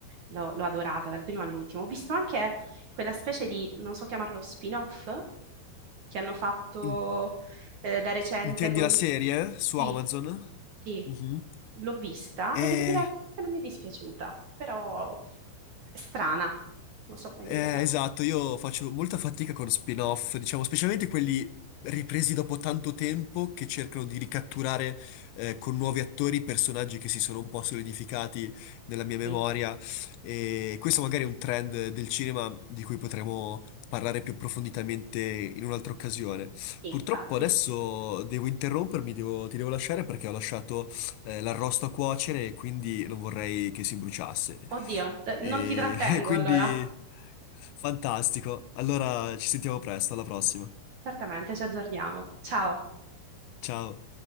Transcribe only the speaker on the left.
In-
intendi
la serie su
Amazon?
Mhm.
Eh,
eh, esatto, io faccio molta fatica con spin-off, diciamo, specialmente quelli ripresi dopo tanto tempo che cercano di ricatturare eh, con nuovi attori personaggi che si sono un po' solidificati nella mia memoria.
E questo magari è un trend del cinema di cui potremo parlare più approfonditamente in un'altra occasione.
Purtroppo
adesso devo interrompermi, devo- ti devo lasciare perché ho lasciato eh, l'arrosto a cuocere e quindi non vorrei che si bruciasse.
E
<laughs> quindi
fantastico. Allora ci sentiamo presto, alla prossima.
Ciao.